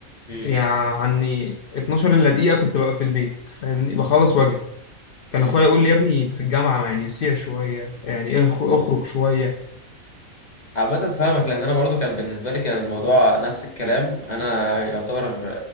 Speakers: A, on the left; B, on the left.
A: امم
B: يعني 12 الا دقيقة كنت ببقى في البيت فاهمني بخلص واجري كان
A: امم
B: اخويا يقول لي يا ابني انت في الجامعة يعني سيع شوية يعني اخ- اخرج شوية
A: عامه فاهمك لان انا برضو كان بالنسبه لي كان الموضوع نفس الكلام انا يعتبر